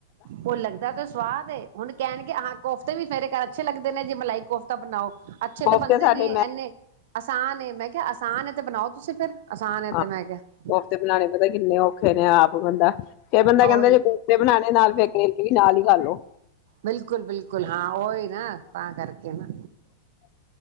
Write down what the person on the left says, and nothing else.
ਕੋਫਤੇ
ਸਾਡੇ
ਮੈਂ
ਆਹੋ
ਕੋਫਤੇ ਬਣਾਣੇ ਪਤਾ ਕਿੰਨੇ ਓਖ ਨੇ ਆਪ ਬੰਦਾ ਫਿਰ ਬੰਦਾ ਕਹਿੰਦਾ
ਜੇ ਕੁਫਤੇ ਬਣਾਉਣੇ ਨਾਲ ਫ਼ਿਰ ਕਰੇਲੇ ਵੀ ਨਾਲ ਹੀ <unintelligible>